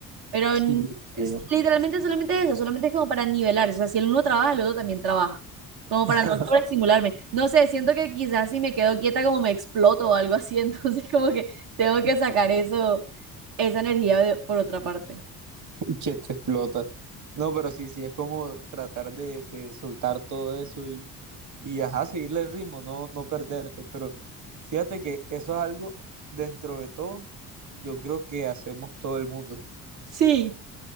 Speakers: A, on the right; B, on the right.
A: Pero
B: Sí,
A: n- s-
B: sí.
A: literalmente solamente es eso, solamente es como para nivelar. O sea, si el uno trabaja, el otro también trabaja. Como
B: <laughs>
A: para no sobreestimularme. No sé, siento que quizás si me quedo quieta como me exploto o algo así. <laughs> Entonces como que tengo que sacar eso, esa energía de- por otra parte.
B: Que te explota. No, pero sí, sí, es como tratar de, de soltar todo eso y, y ajá, seguirle el ritmo, no, no perderte. Pero fíjate que eso es algo dentro de todo, yo creo que hacemos todo el mundo.
A: Sí.